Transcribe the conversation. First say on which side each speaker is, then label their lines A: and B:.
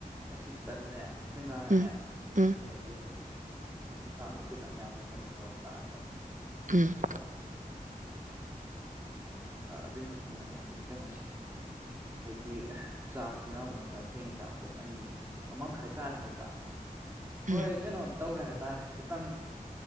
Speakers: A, on the right (about 15°); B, on the right (about 60°).
A: ꯉꯁꯤ ꯇꯟꯅꯦ ꯁꯦꯡꯍꯥꯔꯅꯦ
B: ꯎꯝ
A: ꯑꯗꯨꯗꯒꯤ
B: ꯎꯝ
A: ꯑꯦꯟꯁꯥꯡꯗꯨ ꯈꯤꯇꯪ ꯌꯥꯝꯅ ꯀꯩꯅꯣ ꯇꯧꯔ ꯆꯥꯔꯕ
B: ꯎꯝ
A: ꯑꯗꯨꯒ ꯑꯣ ꯑꯗꯨꯏ ꯃꯇꯨꯡꯗ ꯑꯃꯨꯛ ꯀꯩꯅꯣꯁꯤ ꯑꯈꯣꯏꯀꯤ ꯆꯥꯛꯁꯤꯅ ꯑꯃꯨꯛ ꯈꯔ ꯊꯦꯡ ꯆꯥ ꯄꯨꯡ ꯑꯅꯤ ꯑꯃꯪꯈꯥꯏ ꯇꯥꯔꯦ ꯍꯥꯏ ꯆꯥꯕꯁꯦ ꯍꯣꯏ
B: ꯎꯝ
A: ꯀꯩꯅꯣꯝ ꯇꯧꯔꯦ ꯍꯥꯏꯇꯥꯔꯦ ꯈꯤꯇꯪ